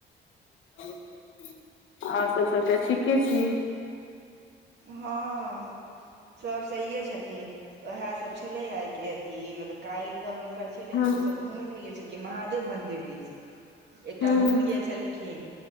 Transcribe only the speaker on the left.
ओर सब सब तऽ ठीके छी
हँ
हूँ